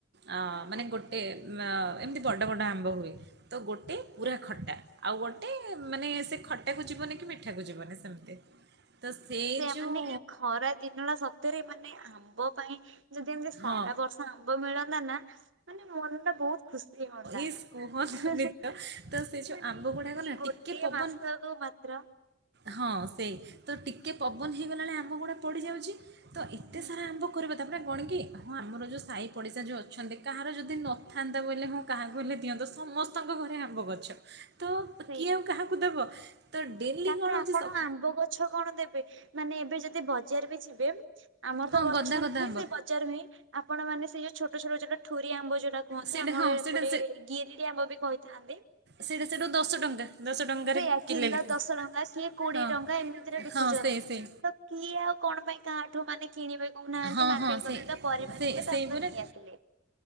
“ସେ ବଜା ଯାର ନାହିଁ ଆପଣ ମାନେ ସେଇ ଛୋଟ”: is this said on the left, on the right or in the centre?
Right